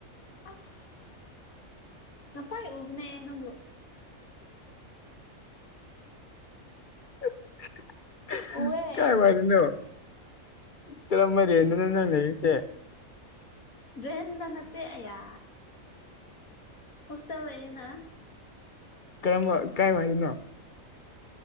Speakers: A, on the left; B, on the left.
A: ꯑꯁ ꯉꯁꯥꯏ ꯎꯕꯅꯦ ꯑꯩ ꯅꯪꯕꯨ
B: <inaudible>
A: ꯎꯋꯦ
B: ꯀꯥꯏ ꯋꯥꯢꯗꯅꯣ ꯀꯔꯝꯕ ꯔꯦꯟꯗꯅꯣ ꯅꯪ ꯂꯩꯔꯤꯁꯦ
A: ꯔꯦꯟꯗ ꯅꯠꯇꯦ ꯑꯌꯥ ꯍꯣꯁꯇꯦꯜ ꯂꯩꯌꯦꯅ
B: ꯀꯔꯝꯕ ꯀꯥꯏ ꯋꯥꯢꯗꯅꯣ